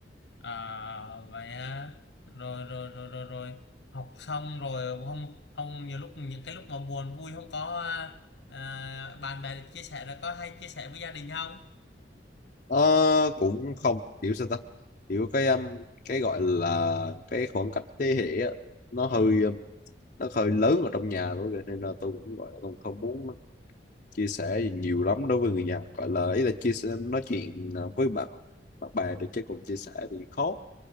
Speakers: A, on the left; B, on the left.
A: à, vậy á, rồi, rồi, rồi, rồi, rồi học xong rồi không không nhiều lúc những cái lúc mà buồn vui không có, a, à, bạn bè chia sẻ rồi có hay chia sẻ với gia đình không?
B: Ờ, cũng không kiểu sao ta kiểu cái um, cái gọi là cái khoảng cách thế hệ á, nó
A: Ừm.
B: hơi um, nó hơi lớn ở trong nhà tôi kìa nên là tôi cũng gọi là tôi không muốn chia sẻ nhiều lắm đối với người nhà gọi là ý là chia sẻ nói chuyện à, với bạn bạn bè được chứ còn chia sẻ thì khó